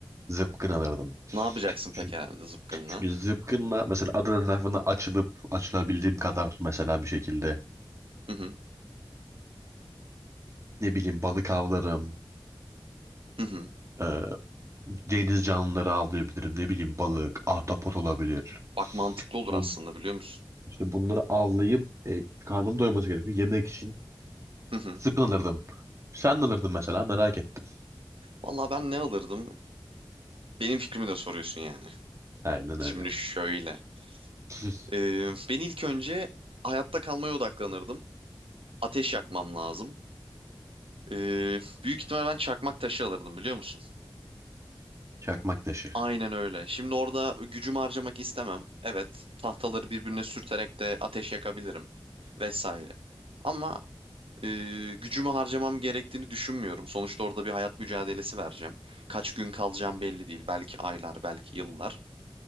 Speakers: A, on the right; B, on the right.
A: Zıpkın alırdım.
B: Ne yapacaksın peki
A: Çü-
B: herhalde zıpkınla?
A: Çünkü zıpkınla mesela Adana tarafında açılıp açılabildiğim kadar mesela bir şekilde
B: Hı hı.
A: ne bileyim balık avlarım.
B: Hı hı.
A: eee, deniz canlıları avlayabilirim. Ne bileyim balık, ahtapot olabilir.
B: Bak mantıklı olur
A: Bun,
B: aslında biliyor musun?
A: işte bunları avlayıp e, karnım doyması gerekiyor. Yemek için
B: Hı hı.
A: zıpkın alırdım. Sen ne alırdın mesela merak ettim.
B: Valla ben ne alırdım? Benim fikrimi de soruyorsun yani.
A: Aynen
B: Şimdi
A: öyle.
B: şöyle.
A: <laughs>
B: Ee, ben ilk önce hayatta kalmaya odaklanırdım. Ateş yakmam lazım. Ee, büyük ihtimal ben çakmak taşı alırdım biliyor musun?
A: Çakmak taşı.
B: Aynen öyle. Şimdi orada gücümü harcamak istemem. Evet, tahtaları birbirine sürterek de ateş yakabilirim vesaire. Ama e, gücümü harcamam gerektiğini düşünmüyorum. Sonuçta orada bir hayat mücadelesi vereceğim. Kaç gün kalacağım belli değil. Belki aylar, belki yıllar.